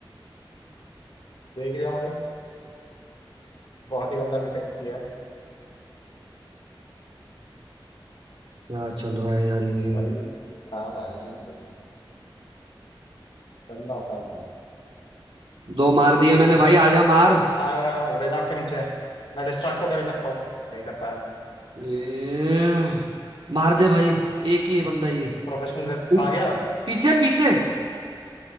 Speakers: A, on the left (about 80°); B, on the right (about 70°).
A: देख लिया मुझे बहुत ही गंदा डिटेक्ट किया है
B: क्या चल रहा है यार ये
A: भाई खराब आया है मेरे मुंह में गंदा खराब आया है।
B: दो मार दिए मैंने भाई आजा मार
A: आया हूँ आया हूँ रेनाप के नीचे है। मैं डिस्ट्रैक्ट तो कर ही सकता हूँ नहीं कर पाया
B: ए, मार दे भाई एक ही है बंदा ये
A: प्रोफेशनल वेब
B: उप,
A: कहाँ गया
B: पीछे पीछे